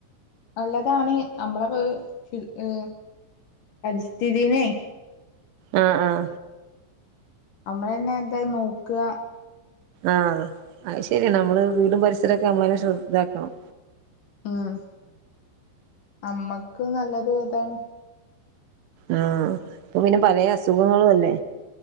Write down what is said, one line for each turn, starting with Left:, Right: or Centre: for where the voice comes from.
Left: നല്ലതാണ് നമ്മളപ്പൊ ഫിൽ ഹേ പരിസ്ഥിതിന്നെ
Right: ആഹ ആഹ
Left: നമ്മളെന്നെ എന്തായ് നോക്ക
Right: ആഹ അത് ശരിയാ നമ്മള് വീടും പരിസരൊക്കെ നമ്മളെന്നെ ശ്ര ദാക്കണം.
Left: ഉം അമ്മക്ക് നല്ലത് അതാണ്
Right: ആ ഇപ്പൊ പിന്നെ പലേ അസുഖങ്ങളും അല്ലേ